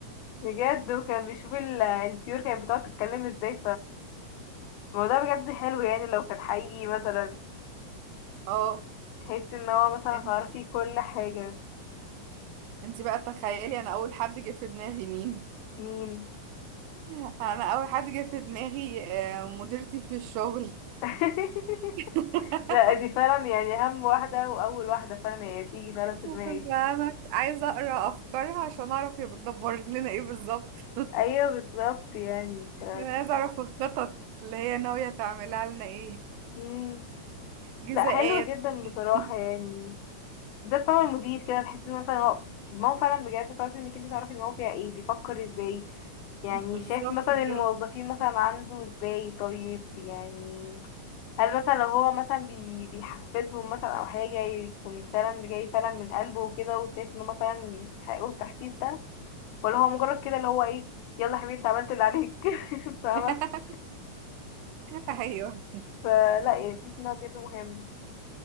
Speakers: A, on the left; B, on the right.
A: بجد وكان بيشوف ال- الطيور كانت بتقعد تتكلم ازاي فالموضوع بجد حلو يعني لو كان حقيقي مثلا
B: اه
A: تحس ان هو مثلا
B: إن-
A: هتعرفي كل حاجة
B: انت بقى تخيلي انا اول حد جه في دماغي مين
A: مين
B: <laughs> انا اول حد جه في دماغي آه، مديرتي في الشغل
A: <laughs>
B: <laughs>
A: لا دي فعلا يعني اهم واحدة واول واحدة فعلا هي تيجي فعلا في
B: انا
A: دماغي
B: عايزة اقرا افكارها عشان اعرف هي بتدبر لنا ايه بالظبط
A: ايوه بالظبط يعني ف
B: انا عايزة اعرف الخطط اللي هي ناوية تعملها لنا ايه
A: مم.
B: جزاءات
A: لا حلو جدا بصراحة
B: <laughs>
A: يعني ده فعلا المدير كده تحس مثلا هو دماغه فعلا بجد تعرفي انك انت تعرفي دماغه فيها ايه بيفكر ازاي يعني
B: بالظبط
A: شايف مثلا الموظفين
B: كده
A: مثلا عنده ازاي طيب يعني هل مثلا لو هو مثلا بي بيحفزهم مثلا او حاجة يكون فعلا جاي فعلا من قلبه وكده وشايف ان هم فعلا يستحقوا التحفيز ده ولا هو مجرد كده اللي هو ايه يلا يا حبيبي انت عملت اللي عليك <laughs> فاهمة
B: <laughs> ايوه
A: فلا يعني تحس انه بجد مهم